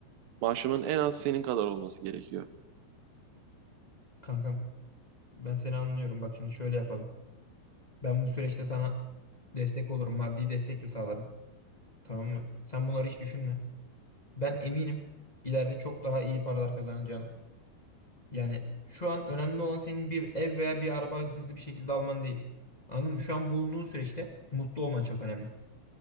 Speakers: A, on the right (about 65°); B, on the left (about 60°).
A: maaşımın en az senin kadar olması gerekiyor.
B: Kankam, ben seni anlıyorum. Bak şimdi şöyle yapalım. Ben bu süreçte sana destek olurum. Maddi destek de sağlarım. Tamam mı? Sen bunları hiç düşünme. Ben eminim ileride çok daha iyi paralar kazanacağını. Yani şu an önemli olan senin bir ev veya bir araba hızlı bir şekilde alman değil. Anladın mı? Şu an bulunduğun süreçte mutlu olman çok önemli.